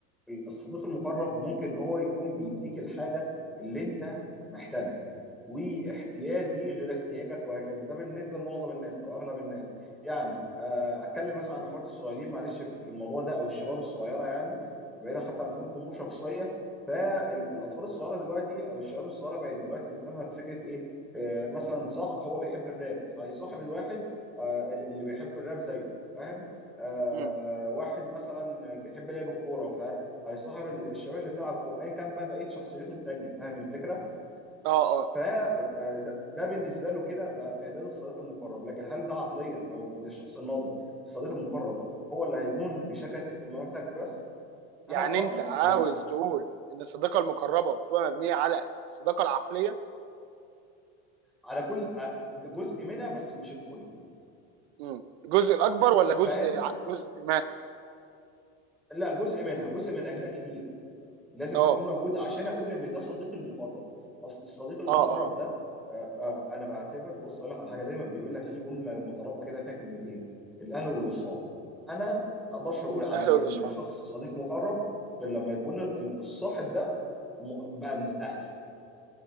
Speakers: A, in the centre; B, on the right.
A: الصديق المقرب ممكن هو يكون بيديك الحاجه اللي انت محتاجها واحتياجي غير احتياجك وهكذا ده بالنسبه لمعظم الناس او اغلب الناس يعني آه، اتكلم مثلا عن اخواتي الصغيرين معلش في في الموضوع ده او الشباب الصغيره يعني بعيدا حتى عن الدخول في امور شخصيه فالاطفال الصغيره دلوقتي او الشباب الصغيره بقت دلوقتي مهتمه بفكره ايه آه، مثلا صح هو بيحب الراب فهيصاحب الواحد آه، اللي بيحب الراب زيه فاهم آه
B: مم.
A: واحد مثلا بيحب لعب الكوره فهيصاحب ال- الشباب اللي بتلعب كوره ايا كان بقى بقيه شخصيته التانيه فاهم الفكره
B: اه اه
A: فده ده بالنسبه له كده بقى في تعداد الصديق المقرب لكن هل ده عقليا او للشخص الناضج الصديق المقرب هو اللي هيكون بيشاركك اهتماماتك بس
B: يعني
A: انا في رايي
B: انت عاوز
A: لا
B: تقول ان الصداقه المقربه بتبقى مبنيه على الصداقه العقليه
A: على كل آه، جزء منها بس مش الكل
B: مم. الجزء الاكبر ولا جزء
A: فاهم
B: ع- جزء ما
A: لا جزء منها جزء من اجزاء كتير لازم
B: اه
A: تكون موجوده عشان اقول ان ده صديقي المقرب اصل الصديق المقرب
B: اه اه
A: ده آه، آه، انا بعتبر بص اقول لك على حاجه دايما بيقول لك في جمله مترابطه كده فيها كلمتين الاهل والاصحاب انا ما اقدرش اقول
B: الاهل
A: على
B: والاصحاب
A: ان شخص صديق مقرب غير لما يكون ال- الصاحب ده م- بقى من الاهل